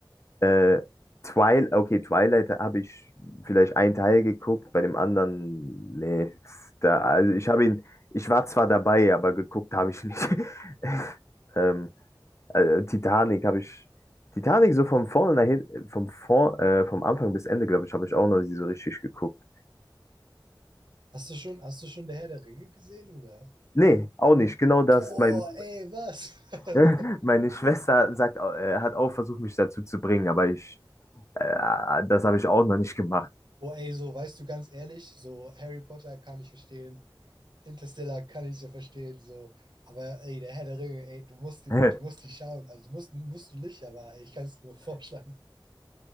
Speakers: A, on the left (about 35°); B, on the right (about 65°).
A: Äh, Twilight, okay, Twilight habe ich vielleicht einen Teil geguckt, bei dem anderen, nee. Da, also ich habe ihn, ich war zwar dabei, aber geguckt habe ich nicht. <laughs> Ähm, äh, Titanic habe ich. Titanic so von vorne nach hinten, vom, vor, äh, vom Anfang bis Ende, glaube ich, habe ich auch noch nie so richtig geguckt.
B: Hast du schon, hast du schon der Herr der Ringe gesehen, oder?
A: Nee, auch nicht. Genau das.
B: Boah,
A: Mein,
B: ey, was? <laughs>
A: <laughs> meine Schwester sagt, au- äh, hat auch versucht, mich dazu zu bringen, aber ich, äh, das habe ich auch noch nicht gemacht.
B: Boah, ey, so, weißt du, ganz ehrlich, so Harry Potter kann ich verstehen, Interstellar kann ich so verstehen, so. Aber ey, der Herr der Ringe, ey, du musst die,
A: <laughs>
B: du musst die schauen. Also, du musst, musst du nicht, aber ey, ich kann es nur vorschlagen.